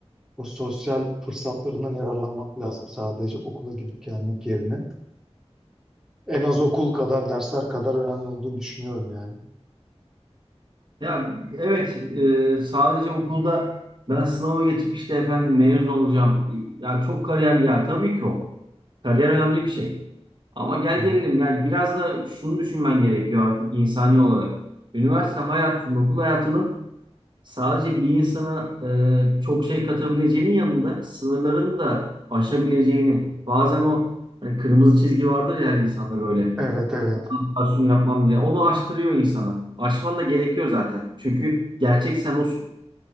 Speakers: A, in the centre; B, on the right.
A: o sosyal fırsatlarından yararlanmak lazım sadece okula gidip gelmek yerine. En az okul kadar, dersler kadar önemli olduğunu düşünüyorum yani.
B: Ya evet e, sadece okulda ben sınavı geçip işte efendim mezun olacağım. E, Ya çok kariyer ya tabii ki o. Kariyer önemli bir şey. Ama gel
A: Hı hı.
B: gelelim yani biraz da şunu düşünmen gerekiyor artık insani olarak. Üniversite hayatının, okul hayatının sadece bir insana e, çok şey katabileceğinin yanında sınırlarını da aşabileceğini. Bazen o hani kırmızı çizgi vardır ya her insanda böyle.
A: Evet evet.
B: Aksiyonu yapmam bile. Onu aştırıyor insana. Aşman da gerekiyor zaten. Çünkü gerçek sen olsun.